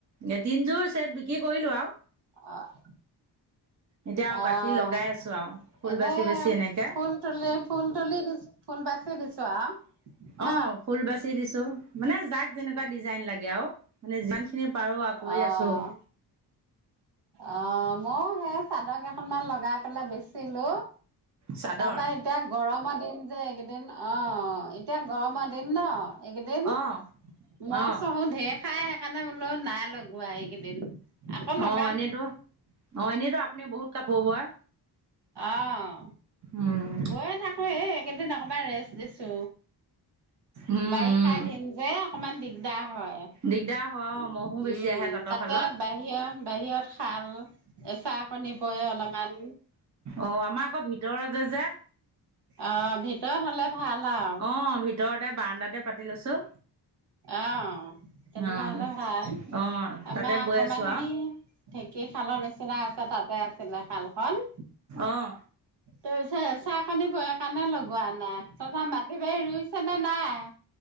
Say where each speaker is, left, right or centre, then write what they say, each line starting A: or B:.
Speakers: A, on the right (about 40°); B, on the right (about 70°).
A: এ তিনিযোৰ চেট বিক্ৰী কৰিলোঁ আৰু।
B: অ'।
A: এতিয়া আৰু
B: অ'হ
A: বাকী লগাই আছো আৰু ফুল
B: এনে
A: বাচি বাচি এনেকে
B: ফুল তুলি, ফুল তুলি দিছোঁ, ফুল বাচি দিছোঁ আউ। ন?
A: অ ফুল বাচি দিছো মানে যাক যেনেকুৱা ডিজাইন লাগে আৰু মানে যিমান খিনি পাৰোঁ আৰু কৰি
B: অহ
A: আছোঁ।
B: অহ ময়ো সেই চাদৰ কেইখনমান লগাই পেলাই বেচিলো।
A: চাদৰ
B: তাৰপা এতিয়া গৰমত দিন যে এইকেইদিন অ' এতিয়া গৰমৰ দিন ন? এইকেইদিন
A: অ
B: মহ
A: অ
B: চহো ঢেৰ খাই, সেইকাৰণে বোলো নাই লগোৱা এইকেইদিন। আকৌ লগ
A: অ এনেইতো অ এনেইতো আ আপুনি বহুত কাপোৰ বয়?
B: অঁ।
A: উম
B: বয়ে থাকো এ কিন্তু ন কণমান ৰেচ দিছো।
A: উম
B: বাৰিষা
A: উম
B: দিন যে অকমান দিগদাৰ হয়। উম,
A: দিগদাৰ হয় অ মহো বেছি আহে তাঁতৰ
B: তাতে
A: শালত
B: বাহিৰত বাহিৰত শাল এচাকণি পৰে অলপমান
A: অঁ আমাৰ আকৌ ভিতৰতে যে
B: অঁ ভিতৰত হ'লে ভাল আৰু।
A: অ', ভিতৰতে বাৰাণ্ডাত তে পাতি লৈছো।
B: অ', তেনেকুৱা
A: অ
B: হ'লে ভাল,
A: অ
B: আমাৰ
A: তাতে বৈ
B: অকমান
A: আছো আও
B: এই, ঢেঁকী খালৰ নিচিনা আছে তাতে আ ছিলে শালখন।
A: অহ।
B: তোৰ চে চাহ পানি কাৰণে লগোৱা নাই, তহঁতৰ মাটি-বাৰী ৰুইছে নে নাই?